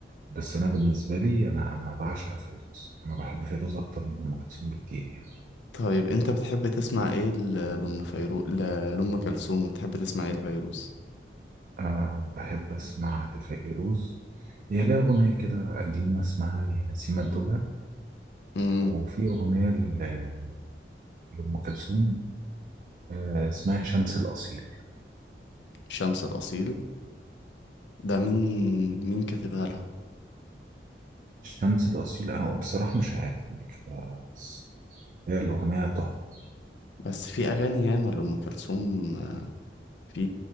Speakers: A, on the right; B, on the left.
A: بس انا بالنسبه لي انا انا بعشق فيروز انا بحب فيروز اكتر من ام كلثوم بكتير يعني
B: طيب انت بتحب تسمع ايه ل- لام فيرو ل- لام كلثوم وتحب تسمع ايه لفيروز
A: أه بحب أسمع لفيروز هي ليها أغنية كده قديمة اسمها يا نسيم الدجى
B: امم
A: وفي أغنية ل- لأم كلثوم أه اسمها شمس الأصيل
B: شمس الاصيل ده مين مين كاتبها لها
A: شمس الأصيل أنا بصراحة مش عارف مين كده ولا لأ، بس هي الأغنية تحفة
B: بس في اغاني ياما لام كلثوم في